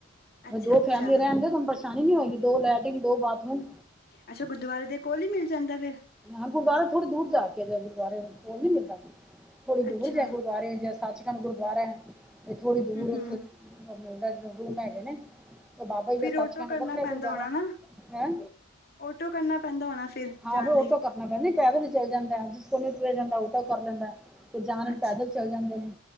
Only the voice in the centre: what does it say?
ਦੋ
ਫੈਮਿਲੀ ਰਹਿਣਗੇ, ਤੁਹਾਨੂੰ ਪਰੇਸ਼ਾਨੀ ਨੀ ਹੋਏਗੀ ਦੋ ਲੈਟਿਰਨ ਦੋ ਬਾਥਰੂਮ।
ਹਾਂ, ਗੁਰਦੁਆਰਾ ਥੋੜ੍ਹੀ ਦੂਰ ਜਾ ਕੇ ਜੇ, ਗੁਰਦਆਰੇ ਕੋਲ ਨੀ ਮਿਲਦਾ ਥੋੜੀ ਦੂਰ
ਜਾ ਗੁਰ ਦੁਆਰੇ ਜਾਂ ਸੱਚਖੰਡ ਗੁਰਦੁਆਰੇ ਐ, ਇਹ ਥੋੜੀ ਦੂਰ
ਉੱਥੇ ਉਹ ਮਿਲਦਾ ਜਦੋਂ ਰੂਮ ਹੈਗੇ ਨੇ, ਉਹ ਬਾਬਾ ਜੀ
ਦਾ ਸਚਖੰਡ
ਵੱਖਰਾ
ਗੁਰਦੁਆਰਾ
ਹੈਂ
ਹਾ
ਫਰ ਉਹ
ਕਰਨਾ ਪੈਂ, ਨੀ ਪੈਦਲ ਹੀ ਚੱਲ ਜਾਂਦਾ ਐ, ਜਿਸ ਕੋ ਤੁਰਿਆ ਨੀ ਜਾਂਦਾ, ਉਹ ਤਾਂ ਕਰ ਲੈਂਦਾ। ਤੇ ਜਾਣ
ਪੈਦਲ ਚਲੇ ਜਾਂਦੇ ਨੇ,